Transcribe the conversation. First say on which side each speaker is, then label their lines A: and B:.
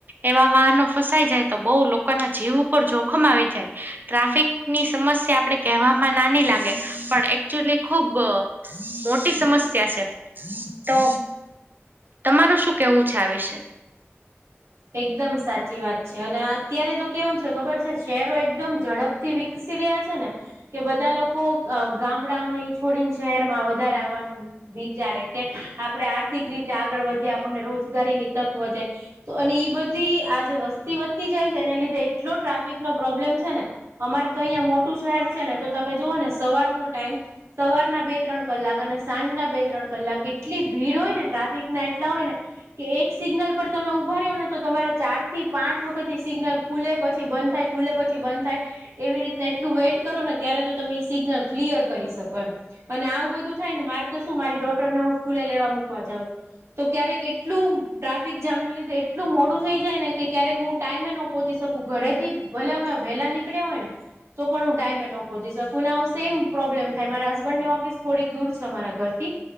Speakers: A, on the right; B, on the right.
A: એવા વાહનો ફસાઈ જાય તો બહુ લોકો. લોકો ના જીવ ઉપર જોખમ આવી જાય ટ્રાફિક ની સમસ્યા આપડે કહેવામાં નાની લાગે. પણ એકચુલી ખુબ મોટી સમસ્યા છે તો તમારું શું કેવું છે આ વિશે.
B: એકદમ સાચી વાત છે અને અત્યારે તો કેવું છે ખબર છે શહેરો એકદમ ઝડપથી ઈછી દયા છે. કે બધા લોકો ગામડાઓને છોડીને શહેર માં વધારે આવવાનું. વિચારે કે આપડે આર્થિક રીતે આગળ વધીએ આપણને રોજગારી ની તક વધે તો અને ઈ બધી આજે વસ્તી વધતી જાય છે એને લીધે એટલો ટ્રાફિક નો પ્રોબ્લેમ છે ને અમારે તો અહિયાં મોટું શહેર છે ને તો તમે જુઓ ને સવારનો ટાઈમ સવારના બે ત્રણ કલાક અને સાંજના બે ત્રણ કલાક એટલી ભીડ હોય ને ટ્રાફિક ના એટલા હોય ને કે એક સિગ્લ પર તમે ઉભર્યો ને તો તમારે ચાર થી પાંચ વખત સિગ્નલ ખુલે પછી બંધ થાય ખુલે પછી બંધ થાય. એવી રીતને એટલું વેઇટ કરો ને ત્યારે તો તમે સિગ્નલ ક્લિયર કરી શકો એમ. અને આવું બધું થાય ને મારે તો શું મારી ડોટર ને હું સ્કૂલે લેવા મૂકવા જાઉં છું. તો ક્યારે કેટલું ટ્રાફિક જામ ને લીધું. એટલું મોડું થઈ જાય ને કે ક્યારેક હું ટાઈમે ન પહોંચી શકું ઘરે થી ભલે અમે વહેલા નીકળ્યા હોય ને. તો પણ હું ડાયમે ન પહોંચી શકું ને આવું સેમ પ્રોબ્લેમ થાય મારા હસબન્ડની ઓફિસ થોડીક દૂર છે અમારા ઘરથી.